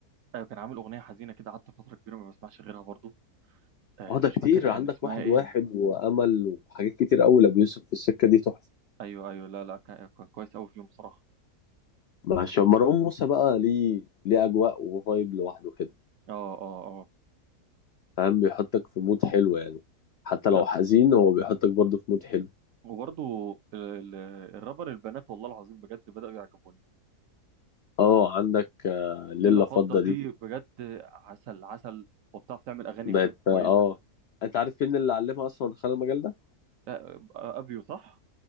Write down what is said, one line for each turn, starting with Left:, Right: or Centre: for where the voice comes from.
Right: ايوه كان عامل اغنيه حزينه كده قعدت فتره كبيره ما بسمعش غيرها برضو آه
Left: اه ده
Right: مش
Left: كتير
Right: فاكر كان
Left: عندك
Right: اسمها
Left: واحد
Right: ايه
Left: واحد وأمل وحاجات كتير قوي لأبو يوسف في السكة دي تحفة
Right: ايوه ايوه لا لا كان كان كويس قوي فيهم بصراحه
Left: مع ش- مروان موسى بقى ليه ليه أجواء وفايب لوحده كده
Right: اه اه اه
Left: فاهم بيحطك في مود حلو يعني حتى
Right: لا
Left: لو حزين هو بيحطك برضه في مود حلو
Right: وبرضو ال- ال- الرابر البنات والله العظيم بجد بداوا يعجبوني
Left: اه عندك آه،
Right: ليلة
Left: ليلة
Right: فضه
Left: فضة دي
Right: دي بجد عسل عسل وبتعرف تعمل اغاني
Left: بقت
Right: بجد
Left: اه
Right: كويسه
Left: انت عارف مين اللي علمها اصلا دخل المجال ده؟
Right: آه آه، ابيو صح